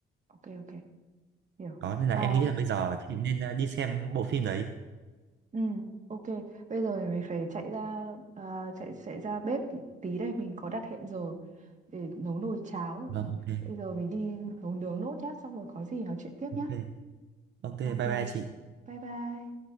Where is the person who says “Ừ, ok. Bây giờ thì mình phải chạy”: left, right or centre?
Right